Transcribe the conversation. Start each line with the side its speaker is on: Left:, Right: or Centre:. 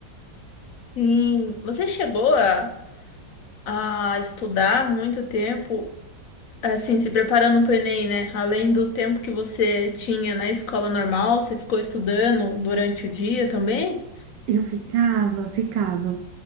Left: sim. Você chegou a, a estudar muito tempo, assim, se preparando para o Enem, né? Além do tempo que você tinha na escola normal, você ficou estudando durante o dia também?
Right: Eu ficava, ficava.